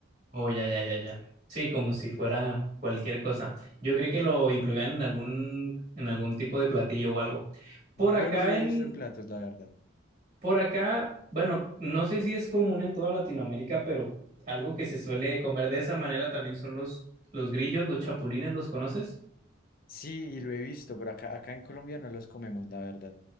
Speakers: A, on the right; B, on the left.
A: Oh, ya, ya, ya, ya. Sí, como si fuera cualquier cosa. Yo creí que lo incluían en algún, en algún tipo de platillo o algo. Por acá
B: Yo no lo he
A: en,
B: visto en platos, la verdad.
A: Por acá, bueno, no sé si es común en toda Latinoamérica, pero algo que se suele comer de esa manera también son los, los grillos, los chapulines, ¿los conoces?
B: Sí, y lo he visto, pero acá, acá en Colombia no los comemos, la verdad.